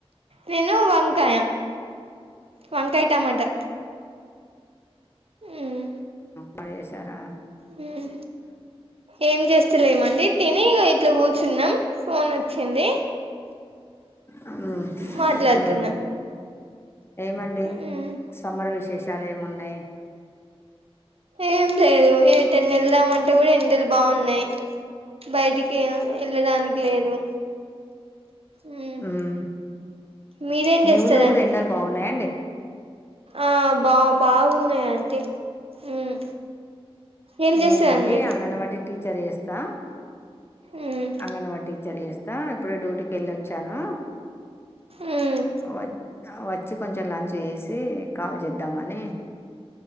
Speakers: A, on the right; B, on the left.
A: నేను వంకాయ వంకాయ టమాటా మ్మ్
B: బాగచేశారా
A: మ్మ్ ఏం చేస్తా లేమండి తిని ఇగో ఇట్లా కూర్చున్నాం ఫోన్ వచ్చింది
B: హ్మ్
A: మాట్లాడుతున్నా
B: మ్మ్ ఏమండి
A: మ్మ్
B: సమ్మర్ విశేషాలు ఏమున్నాయ్
A: ఏం లేదు ఏటెన్న వెళ్దామంటే కూడా ఎండలు బాగున్నాయి బయటికి ఎళ్ళడానికి లేదు మ్మ్
B: ఉమ్మ్
A: మీరేం
B: మీ
A: చేస్తారండి
B: ఊర్లో కూడా ఎండాలు బాగున్నాయాండి
A: ఆ బా బాగున్నాయి యంటీ హ్మ్ ఏం చేస్తున్నారు
B: నేనండి
A: మీరు
B: అంగన్వాడీ టీచర్ చేస్తా
A: మ్మ్
B: అంగన్వాడీ టీచర్ చేస్తా ఇప్పుడే డ్యూటీకి వెళ్ళోచ్చాను
A: మ్మ్
B: వ వచ్చి కొంచెం లంచ్ చేసి కాల్ చేద్దామని